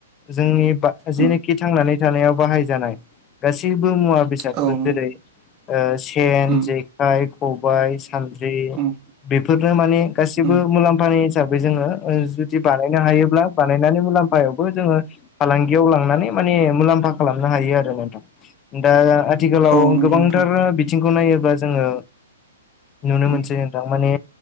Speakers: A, on the left; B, on the right.
A: जोंनि बा जेनोखि
B: उम
A: थांनानै थानायाव बाहायजानाय गासैबो मुवा बेसादफोर
B: औ उम
A: जेरै- ओ सेन
B: उम
A: जे खाइ खबाय सानद्रि
B: उम
A: बेफोरनो माने गासिबो
B: उम
A: मुलाम्फानि हिसाबै जोङो ओ जुदि बानायनो हायोब्ला बानायनानै मुलाम्फायावबो जोङो फालांगियाव लांनानै माने मुलाम्फा खालामनो हायो आरो नोंथां दा आथिखालाव
B: औ नंगौ
A: गोबांथार
B: नोंथां
A: बिथिंखौ नायोब्ला जोङो नुनो
B: उम
A: मोनसै नोंथां। माने